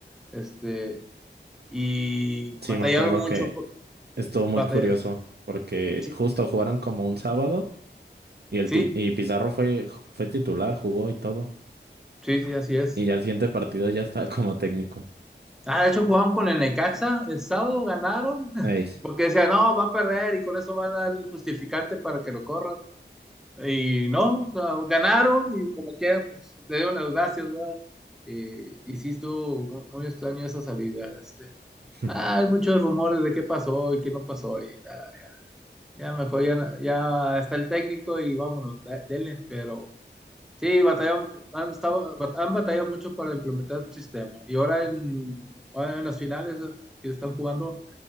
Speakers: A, in the centre; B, on the right.
A: Este, y
B: sí,
A: batallaron
B: me acuerdo
A: mucho,
B: que
A: por-
B: estuvo muy
A: batalla-
B: curioso porque
A: sí,
B: justo jugaron como un sábado y, el
A: sí,
B: ti- y Pizarro fue, fue titular, jugó y todo.
A: sí, sí, así es.
B: Y ya el siguiente partido ya estaba <laughs> como técnico.
A: Ah, de hecho jugaron con el Necaxa el sábado, ganaron, <laughs>
B: Ey,
A: porque decían, no, va a perder y con eso van a dar el justificante para que lo corran. Y no, o sea, ganaron y como quieran, pues le dieron las gracias, ¿verdad? Eh, y sí estuvo mu- muy extraño esa salida. Este.
B: <laughs>
A: Ah, hay muchos rumores de qué pasó y qué no pasó. Y nada, ya, ya mejor ya, ya está el técnico y vámonos, da- denle, pero Sí, batallan, han, estado- bat- han batallado mucho para implementar un sistema. Y ahora en, ahora en las finales que están jugando,